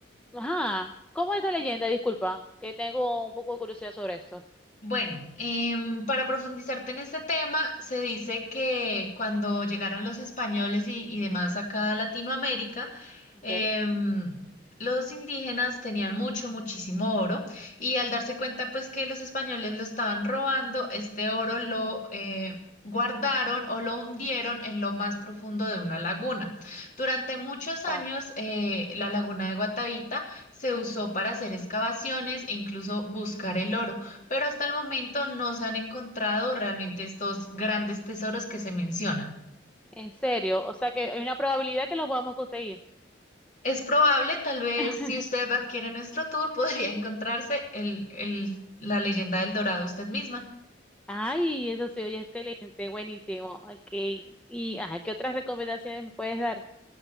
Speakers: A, in the centre; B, on the left.
A: Ajá, ¿cómo es esta leyenda? Disculpa, que tengo un poco de curiosidad sobre esto.
B: Bueno, em, para profundizarte en este tema, se dice que cuando llegaron los españoles y, y demás acá a Latinoamérica,
A: Ok,
B: em, los indígenas tenían mucho, muchísimo oro y al darse cuenta pues que los españoles lo estaban robando, este oro lo eh, guardaron o lo hundieron en lo más profundo de una laguna. Durante muchos años,
A: wow.
B: eh, la laguna de Guatavita se usó para hacer excavaciones e incluso buscar el oro pero hasta el momento no se han encontrado realmente estos grandes tesoros que se mencionan.
A: En serio, o sea que hay una probabilidad que los vamos a conseguir.
B: Es probable, tal vez,
A: <laughs>
B: si usted adquiere nuestro tour, <laughs> podría encontrarse el, el- la leyenda del Dorado usted misma.
A: Ay, eso se oye excelente, buenísimo. Ok. Y ajá, ¿qué otras recomendaciones me puedes dar?